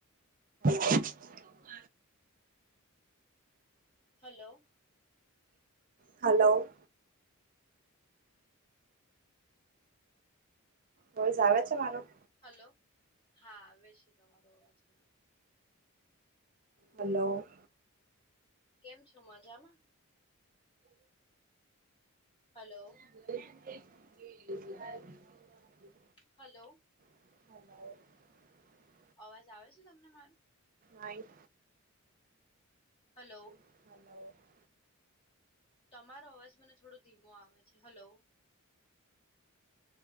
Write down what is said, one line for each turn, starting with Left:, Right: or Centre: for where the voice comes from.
Right: <inaudible>
Left: hello-
Right: hello- voice આવે છે મારો-
Left: હલો હા આવે છે તમારો અવાજ મને-
Right: હલો-
Left: કેમ છો મજામાં હલો-
Right: હ <unintelligible>
Left: હલો-
Right: હ <unintelligible>
Left: અવાજ આવે છે તમને મારું-
Right: આ <unintelligible>
Left: હલો-
Right: <inaudible>
Left: તમારો અવાજ મને થોડો ધીમો આવે છે હલો-